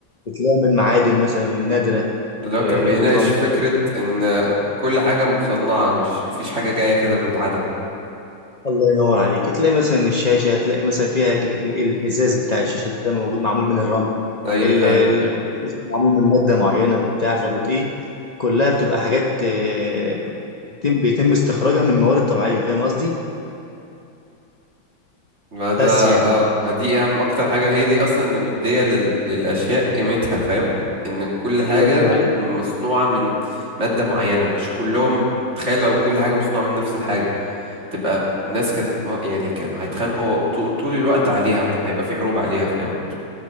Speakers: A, on the left; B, on the right.
A: بتلاقي من معادن مثلا نادرة
B: اللي هو
A: آه،
B: كان بيناقش
A: بتبقى موجودة
B: فكرة ان كل حاجة مصنعة مش مفيش حاجة جاية كده من العدم
A: الله ينور عليك هتلاقي مثلا الشاشه هتلاقي مثلا فيها ال ال الازاز بتاع الشاشه ده موجود معمول من الرمل
B: ايوه
A: ال-
B: فعلا
A: ال- معمول من ماده معينه وبتاع فبت ايه كلها بتبقى حاجات آه، بيتم بيتم استخراجها من موارد طبيعيه فاهم قصدي
B: ما ده
A: بس يعني
B: اه ما دي اهم اكتر حاجة هي دي اصلا اللي مدية لل... للاشياء قيمتها فاهم ان كل حاجة
A: الله ينور عليك
B: مصنوعة من مادة معينة مش كلهم تخيل لو كل حاجة مصنوعة من نفس الحاجة تبقى الناس كانت هتمو... يعني كانوا هيتخانقوا طو- طول الوقت عليها وكان هيبقى في حروب عليها فاهم